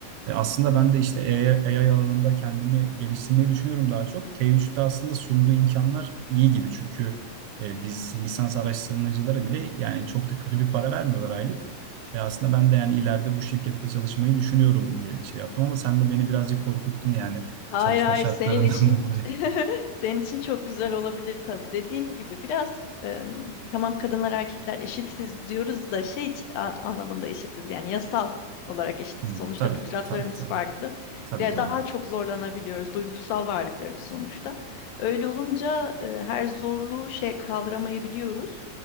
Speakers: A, on the right; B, on the left.
A: Ee, aslında ben de işte AI, AI alanında kendimi geliştirmeyi düşünüyorum daha çok. T3'te aslında sunduğu imkanlar iyi gibi çünkü e, biz lisans araştırmacılara bile yani çok da kötü bir para vermiyorlar aylık. E, aslında ben de yani ileride bu şirkette çalışmayı düşünüyorum diye şey yaptım ama sen de beni birazcık korkuttun yani
B: Hayır
A: çalışma
B: hayır
A: şartlarından
B: senin için
A: <laughs> dolayı.
B: <laughs> senin için çok güzel olabilir tabii. Dediğim gibi biraz em, tamam kadınlar erkekler eşitiz diyoruz da şey iç- a- anlamında eşitiz yani yasal olarak eşitiz.
A: Hı,
B: Sonuçta
A: tabii,
B: fıtratlarımız
A: tabii, tabii.
B: farklı.
A: Tabii
B: Ya
A: doğru.
B: daha çok zorlanabiliyoruz duygusal varlıklarız sonuçta. Öyle olunca e, her zorluğu şey kaldıramayabiliyoruz.